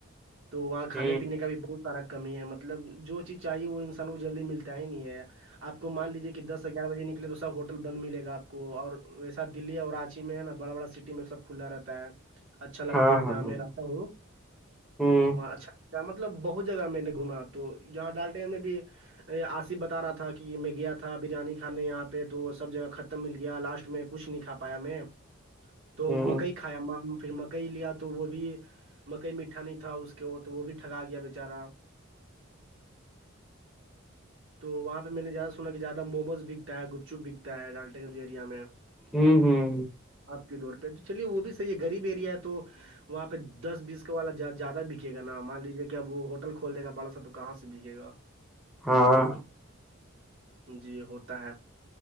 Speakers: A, on the right; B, in the centre.
A: تو وہاں کھانے
B: ہ
A: پینے کا بھی بہت سارا کمی ہے مطلب جو چیز چاہیے وہ انسان کو جلدی ملتا ہے ہی نہیں ہے آپ کو مان لیجیے کہ دس سے گیار بے نکلے تو سب ہوٹل بند ملے گا آپ آپ کو اور ایسا دلی اور راچی میں ہے نا بڑا بڑا سٹی میں سب کھلا رہتا ہے اچھا لگتا
B: ہاں
A: ہے
B: ہاں
A: جہاں میں
B: ہاں
A: رہتا ہوں
B: ہ ہ
A: وہاں اچھا کیا مطلب بہت جگہ میں نے گھما تو یہاں ڈال ڈگ میں بھی آصف بتا رہا تھا کہ میں گیا تھا بریانی کھانے یہاں پہ تو سب جگہ ختم مل گیا لاسٹ میں کچھ نہیں کا پایا میں تو
B: ہوں
A: مکئی کھایا پھر مک مطلب مکئی لیا تو وہ بھی مکئی میٹھا نہیں تھا اس کے وہ تو وہ بھی ٹگا گیا بیچارا <unintelligible> تو وہاں پہ میں نے زیادہ سنا کہ زیادہ موموز بکتا ہے گپ چپ بکتا ہے ڈال ٹنگ ایریا میں
B: ہوں ہوں
A: آپ کے دور پہ تو چلیے وہ بھی صحیح ہے غریب ایریا ہے تو وہاں پہ دس بیس کا والا زیادہ بکے گا نا مان لیجیے کہ اب وہ ہوٹل کھول دے گا بڑا سا تو کہاں سے بکے گا <unintelligible>
B: ہاں
A: جی ہوتا ہے